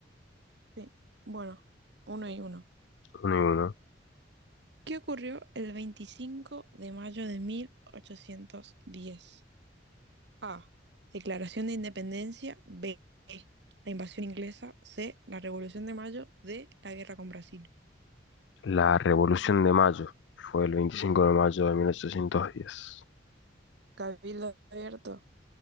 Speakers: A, on the right (about 65°); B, on the left (about 70°).
A: Sí. Bueno, uno y uno.
B: Uno y uno.
A: ¿Qué ocurrió el 25 de mayo de 1810? A. Declaración de Independencia. B. La invasión inglesa. C. La Revolución de Mayo. D. La guerra con Brasil.
B: La Revolución de Mayo fue el 25 de mayo de 1810.
A: Cabildo abierto.